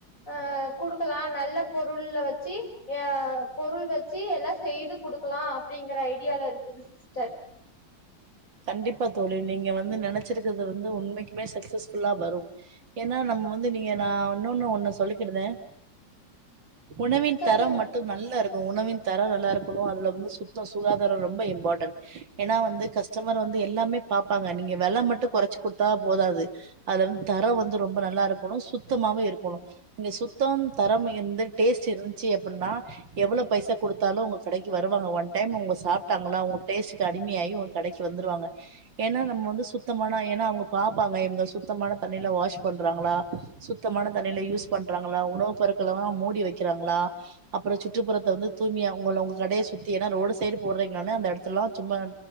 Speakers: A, on the left; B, on the right.
A: அஹ் குடுக்கலாம் நல்ல பொருள் வச்சு அஹ் பொருள் வச்சு எல்லாம் செய்து குடுக்கலாம் அப்படிங்கற ஐடியால இருக்குது சிஸ்டர்
B: கண்டிப்பா தோழி நீங்க வந்து நினைச்சிருக்கறது வந்து உண்மைக்குமே சக்சஸ் ஃபுல்லாஹ வரும் ஏன்னா நம்ம வந்து நீங்க நான் இன்னொன்னு ஒன்னு சொல்லிக்கிடுதேன் உணவின்
A: சொல்லுங்க
B: தரம் மட்டும் நல்லா இருக்கும் உணவின் தரம் நல்லா இருக்கணும் அதுல வந்து சுத்தம் சுகாதாரம் ரொம்ப இம்பார்டன்ட் ஏன்னா வந்து கஷ் கஸ்டமர் வந்து எல்லாமே பார்ப்பாங்க நீங்க வெல மட்டும் குறச்சு கொடுத்தா போதாது அதுல வந்து தரம் வந்து ரொம்ப நல்லா இருக்கணும் சுத்தமவும் இருக்கணும் இங்க சுத்தம் தரம் இருந்து டேஸ்ட் இருந்துச்சு அப்படின்னா எவ்வளோ பைசா குடுத்தாலும் உங்க கடைக்கு வருவாங்க ஒன் டைம் அவங்க சாப்பிட்டாங்கள உங்க டேஸ்டு அடிமையாகி கடைக்கு வந்துருவாங்க ஏன்னா நம்ம வந்து சுத்தமான ஏன்னா அவங்க பார்ப்பாங்க இவங்க சுத்தமான தண்ணில வாஷ் பண்றாங்களா சுத்தமான தண்ணில யூஸ் பண்றாங்களா உணவுப் பொருட்கள்லாம் மூடி வைக்கிறாங்களா அப்பறம் சுற்றுப்புறத்த வந்து தூய்மையாவும் உங்களோ உங்க கடைய சுத்தி ஏன்னா ரோடு சைடு போடுறீங்களானு அந்த இடத்தெல்லாம் சும்மா